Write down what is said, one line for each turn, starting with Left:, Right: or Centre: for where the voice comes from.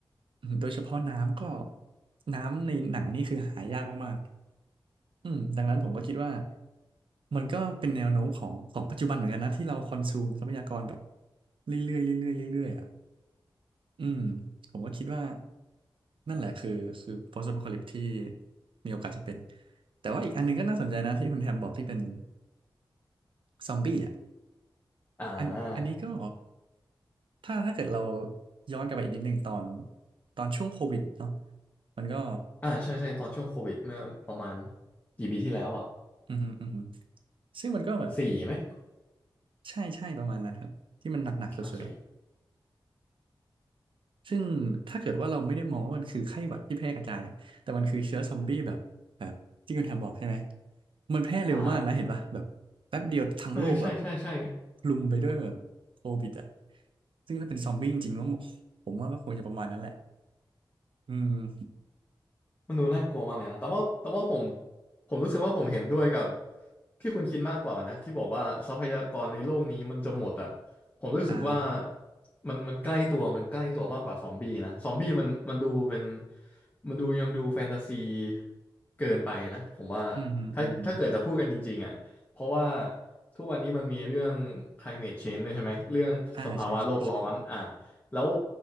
Right: อือฮึโดยเฉพาะน้ำก็น้ำในหนังนี่คือหายากมาก อืมดังนั้นผมก็คิดว่ามันก็เป็นแนวโน้มของของปัจจุบันเหมือนกันนะที่เราคอนซูมทรัพยากรแบบเรื่อยๆเรื่อยๆเรื่อยๆอ่ะอืมผมก็คิดว่านั่นแหละคือคือ post apocalypse ที่มีโอกาสจะเป็นแต่ว่าอีกอันหนึงก็น่าสนใจนะที่คุณแฮมบอกที่เป็นซอมบี้อ่ะ
Left: อ่า
Right: อันอันนี้ก็ถ้าถ้าเกิดเราย้อนกลับไปอีกนิดนึงตอนตอนช่วงโควิดเนาะมันก็
Left: อ่าใช่ใช่ตอนช่วงโควิดเมื่อประมาณกี่ปีที่แล้วอ่ะ
Right: อืมอหืมออือหือซึ่งมันก็แบบ
Left: สี่ไหม
Right: ใช่ใช่ประมาณนั้นครับที่มันหนักๆสุดๆอะ
Left: โอเค
Right: ซึ่งถ้าเกิดว่าเราไม่ได้มองว่ามันคือไข้หวัดที่แพร่กระจายอะแต่มันคือเชื้อซอมบี้แบบแบบที่คุณแทมบอกใช่ไหมมันแพร่เร็วมากนะเห็นปะแบบแป๊บเดียวทั้งโลกแบบ
Left: อ่าฮะเออใช่ใช่ใช่
Right: คลุมไปด้วยแบบโควิดอ่ะซึ่งถ้าเป็นซอมบี้จริงๆก็ผมว่าก็คงจะประมาณนั้นแหละอืม
Left: มันดูน่ากลัวมากเลยนะ แต่ว่าแต่ว่าผมผมรู้สึกว่าผมเห็นด้วยกับที่คุณคิดมากกว่านะที่บอกว่าทรัพยากรในโลกนี้มันจะหมดอะผมรู้สึกว่า
Right: อ่า
Left: มันมันใกล้ตัวมันใกล้ตัวมากกว่าซอมบี้นะซอมบี้มันมันดูเป็นมันดูยังดูแฟนตาซีเกินไปนะผมว่า
Right: อืมฮึอืมฮึ
Left: ถ้าถ้าเกิดจะพูดกันจริงๆอะเพราะว่าทุกวันนี้มันมีเรื่อง climate change ด้วยใช่ไหมเรื่องสภาวะโลกร้อนอ่ะ
Right: อ่าใช่ใช่ใช่
Left: แล้ว